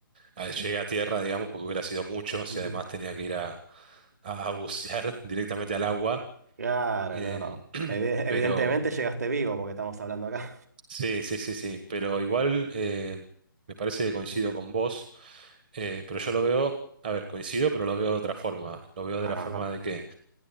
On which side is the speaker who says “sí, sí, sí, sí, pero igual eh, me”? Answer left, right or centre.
Right